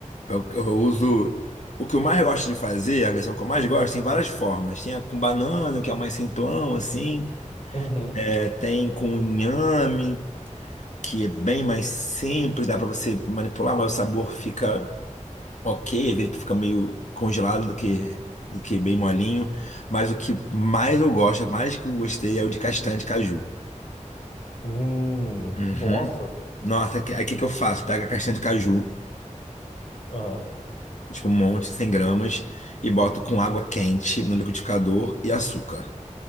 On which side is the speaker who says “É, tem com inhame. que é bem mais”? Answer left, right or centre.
Left